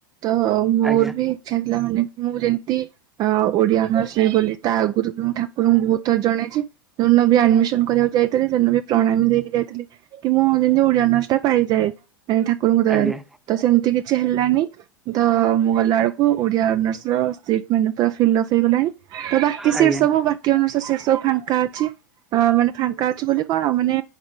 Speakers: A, on the right; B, in the centre.
A: ତ ମୋର
B: ଆଜ୍ଞା
A: ବି ଇଚ୍ଛା ଥିଲା ମାନେ ମୁଁ ଯେମତି ଆ, ଓଡିଆ ଅନର୍ସ ନେବି ବୋଲି ତା ଆଗରୁ ବି ମୁଁ ଠାକୁରଙ୍କୁ ବହୁତ ଥର ଜଣେଇଛି। ଯୋଉ ନ ବି ଆଡମିସନ୍ କରିବାକୁ ଯାଇ ଥିରେ ସେଇ ନ ବି ପ୍ରଣାମ ହେଇକି ଯାଇଥିଲି କି ମୁଁ ଯେମିତି ଓଡିଆ ଅନର୍ସ ଟା ପାଇଯାଏ। ଏ ଠାକୁରଙ୍କ ଦୟାରୁ।
B: ଆଜ୍ଞା
A: ତ ସେମିତି କିଛି ହେଲାନି, ତ ମୁଁ ଗଲା ବେଳକୁ ଓଡିଆ ଅନର୍ସର ସିଟ୍ ମିଳିଲା। ତ ଫିଲପ୍ ହେଇଗଲାଣି। ତ ବାକି
B: ଆଜ୍ଞା
A: ସିଟ୍ ସବୁ ବା ତୀୟ ମାସ ସେ ସବୁ ଫାଙ୍କା ଅଛି। ଅ, ମାନେ ଫାଙ୍କା ଅଛି ବୋଲି କଣ ମାନେ